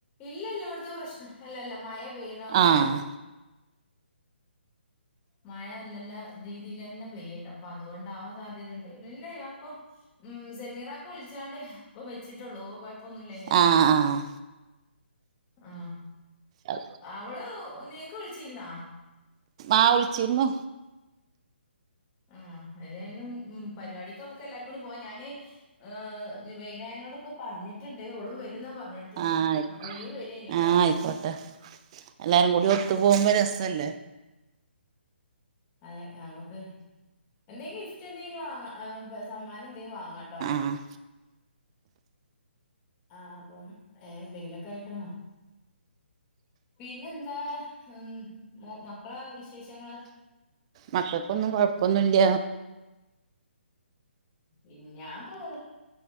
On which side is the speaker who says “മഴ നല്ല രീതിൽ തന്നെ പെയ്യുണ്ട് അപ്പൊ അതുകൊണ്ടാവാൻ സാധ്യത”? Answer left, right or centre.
Left